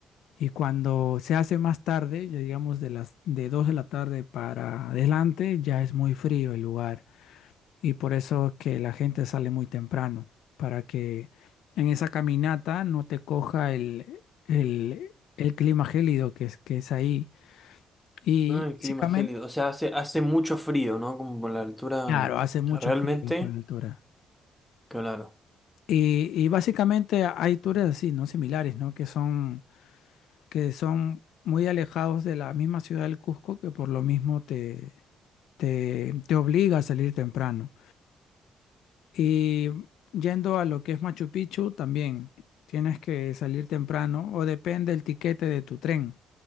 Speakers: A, on the left; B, in the centre.
A: Y cuando se hace más tarde, ya digamos de las de 2 de la tarde para adelante, ya es muy frío el lugar. Y por eso es que la gente sale muy temprano, para que en esa caminata no te coja el, el, el clima gélido que es, que es ahí y
B: Ah, el clima
A: básicamente,
B: es gélido, o sea, hace, hace mucho frío, ¿no? Como por la altura,
A: claro, hace
B: realmente,
A: mucho frío por la altura.
B: claro.
A: Y, y básicamente hay tours así, ¿no? Similares, ¿no? Que son, que son muy alejados de la misma ciudad del Cusco, que por lo mismo te, te, te obliga a salir temprano. Y yendo a lo que es Machu Picchu, también tienes que salir temprano, o depende del tiquete de tu tren,